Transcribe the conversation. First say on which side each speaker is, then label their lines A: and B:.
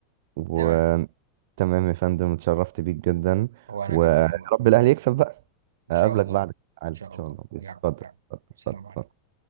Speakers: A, on the right; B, on the right.
A: وتمام
B: تمام
A: يا فندم اتشرفت بيك جدا
B: هو أنا
A: ويا
B: كمان والله
A: رب الاهلي يكسب بقى
B: إن
A: اقابلك
B: شاء الله
A: بعد العالم
B: إن شاء
A: ان شاء
B: الله
A: الله اتفضل
B: يا رب يا رب
A: اتفضل
B: سلام
A: اتفضل.
B: عليكم